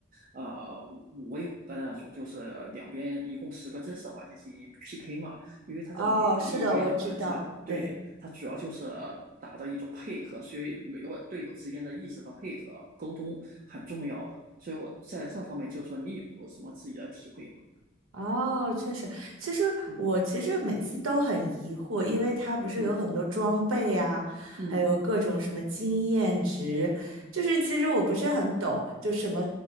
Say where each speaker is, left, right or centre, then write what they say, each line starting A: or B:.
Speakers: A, on the right; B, on the right.
A: 呃五 v 五的那种，就是两边一共十个真实的玩家进行 PK 嘛。因为他这个每一边的玩家，
B: 哦，是的，我知道，对，
A: 对，他主要就是打的一种配合，所以每个队友之间的意识和配合沟通很重要的。所以我在这方面，就是说你有什么自己的体会吗？
B: 哦，确实，其实我其实每次都很疑惑，
A: 嗯
B: 因为它不是有很多装备啊，
A: 嗯嗯
B: 还有各种什么经验值，就是其实我不是很懂，就什么